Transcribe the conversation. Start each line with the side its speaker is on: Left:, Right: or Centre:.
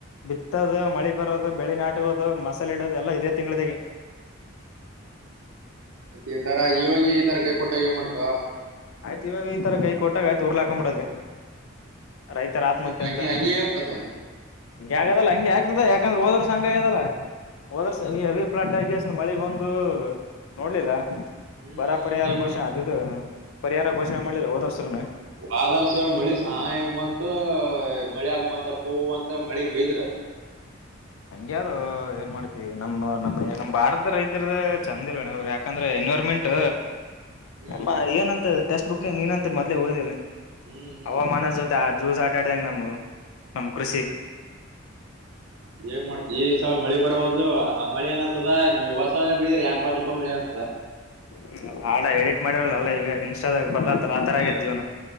Left: ಬಿತ್ತದು ಮಳಿ ಬರೋದು ಬೆಳಿ ನಾಟಕೋದು ಮ ಇಡೋದೆಲ್ಲ ಇದೆ ತಿಂಗಳದಗೆ
Right: ಮತ್ತೆ ಈ ತರ ಇವೋಗ ಈತರ ಕೈ ಕೊಟ್ಟಾಗ ಮಾಡ್ತ
Left: ಆಯ್ತ ಇವಾಗ ಈ ತರ ಕೈ ಕೊಟ್ಟಾಗ ಆಯತ ಉರ್ ಹಾಕೊಂಬಿಡದೆ ರೈತರ ಆತ್ಮಹತ್ಯೆ
Right: ಹಂಗೆ
Left: ಅಂತ ಅಮ್ಮ
Right: ಹಂಗೆ ಮತ್ತ
Left: ಹಗೆ ಆಗದಲ್ಲ ಹಗೆ ಆಗ್ತದ ಯಾ ಯಾಕಂದ್ರೆ ಹೋದ್ರ ಸಂಂಗ ಆಗದಲ್ಲ ಹೋದರ್ಸ ಈ ಹೆವಿ ಫ್ಲಡ್ ಆಗಷ್ಟ ಮಳಿ ಬಂದು ನೋಡ್ಲಿಲ್ಲ
Right: ಹ್ಮ್
Left: ಬರ
Right: ಹ್ಮ್
Left: ಪರಿಹಾರ
Right: ಏನ್
Left: ಘೋಷಣೆ
Right: ಮಾಡ್ತಿ
Left: ಅದದು ಪರಿಹಾರ ಘೋಷಣೆ ಮಾಡ್ಲಿಲ್ಲ ಹೋದರ್ಸ್ರನು
Right: ವಾದಾರ್ಸವ ಮಳಿ ಸಾಯಕ ಬಂತು ಮಳೆ ಆಗ್ಬಂತಪ್ಪ ಅಂತ ಮಳಿ ಬಯದ್ರ
Left: ಹಂಗಗೆ ಅದು ಏನ್ ಮಾಡ್ತಿವಿ ನಮ್ಮ ನಮ್ ನಮ್ ಭಾರತದ ರೈತ ಇರ್ದ ಚಂದ ಇಲ್ಲ ನೀವ್ರ ಯಾಕಂದ್ರೆ ಗೌರ್ಮೆಂಟ್
Right: ಹ್ಮ್
Left: ಮ ಏನಂತ ಟೆಕ್ಸ್ಟ್ ಬುಕ್ನ ನೀನಂತ ಮದಲೇ ಓದಿಲ್ಲ
Right: ಹ್ಮ್
Left: ಹವಾಮಾನದ ಜೊತೆ ಜೂಜಾ ಆಟಾಡಿದಂಗ ನಮವು ನಮ್ಮ್ ಕೃಷಿ
Right: ಹ್ಮ್ ಏನ್ ಮಾಡ್ತತಿ ಈ ಸಲ ಮಳಿ ಬರವಲ್ದು ಹ ಮಳಿ ಏತದ ನೀವು ಹೊಸ ಬ ಬರ್ಲೂಪ ಮಳೆ ಅಂತ
Left: ಹ್ಮ ಆಡ ಎಡಿಟ್ ಮಾಡಿರಲ್ಲಲ್ಲ ಈಗ ಇನ್ಸ್ಟಾದಾಗ ಬರ್ಲ ಲ ಆತರ
Right: ಹ
Left: ಆಗದ ಜೀವನ